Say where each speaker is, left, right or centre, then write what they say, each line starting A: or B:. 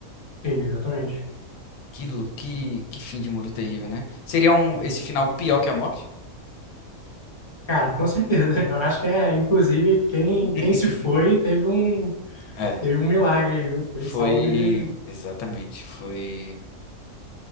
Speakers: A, on the left; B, on the left.
A: Sim, exatamente.
B: Que, lu- que, que fim de mundo terrível, né? Seria um, esse final pior que a morte?
A: Cara, com certeza. <laughs> Eu acho que é, inclusive, quem, quem
B: <laughs>
A: se foi teve um,
B: É,
A: teve um milagre aí, viu? Foi
B: foi.
A: salvo de.
B: Exatamente. Foi